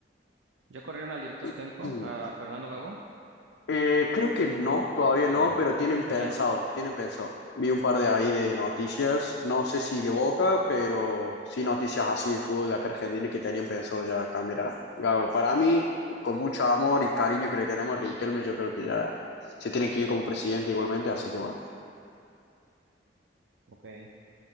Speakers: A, on the right; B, on the left.
A: ya corrieron al director técnico,
B: <clears throat>
A: a Fernando Gago,
B: Eh, creo que no, todavía
A: o todavía
B: no,
A: no,
B: pero tienen pensado,
A: o ya no.
B: tienen pensado. Vi un par de ahí de noticias, no sé si de Boca, pero sí noticias así de fútbol de acá Argentina que tenían pensado ya cambiar a Gago. Para mí, con mucho amor y cariño que le tenemos a Riquelme, yo creo que ya se tiene que ir como presidente igualmente, así que bueno.
A: Ok,